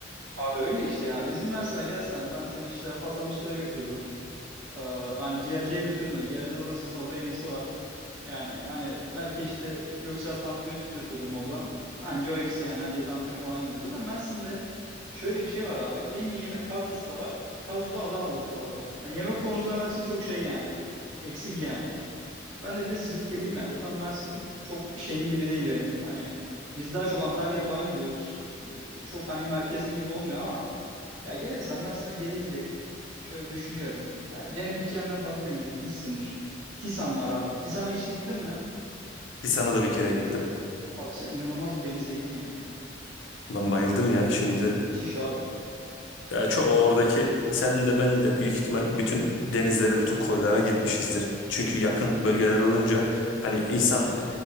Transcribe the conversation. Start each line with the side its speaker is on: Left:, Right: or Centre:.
Right: Abi öyle işte ya. Bizim Mersin'e gelsene ben seni işte Hasan Usta'ya götürürüm. Ee, hani ciğerciye götürmez. Ciğerci zaten sizin orada en iyisi var. Yani hani belki işte Göksel tantuniyi götürürüm oradan. Anca o ikisi yani anca tantuni falan yeriz. Zaten Mersin'de şöyle bir şey var abi. En iyi yemek Tarsus'ta var. Tarsus'ta Adanalı ustalar var. Hani yemek konusunda Mersin çok şey yani. Eksik yani. Ben de bir de Silifke'liyim ya. Zaten Mersin çok şeyim gibi değil benim. Hani biz daha çok Antalya'ya falan gidiyoruz. Çok hani merkezim gibi olmuyor ama ya gelirsen Mersin'e gezilecek. Şöyle düşünüyorum. Ya cennet cehennem falan zaten gitmişsindir. Tisan var abi. Tisan'a hiç gittin mi?
Left: Ki sana da bir kere gittim.
Right: Abi Tisan inanılmaz bir deniz değil mi ya?
Left: Ben bayıldım ya. Şimdi
Right: Müthiş abi.
Left: Ya çoğu oradaki sen de ben de büyük ihtimal bütün denizlere, bütün koylara gitmişizdir. Çünkü yakın bölgeler olunca hani insan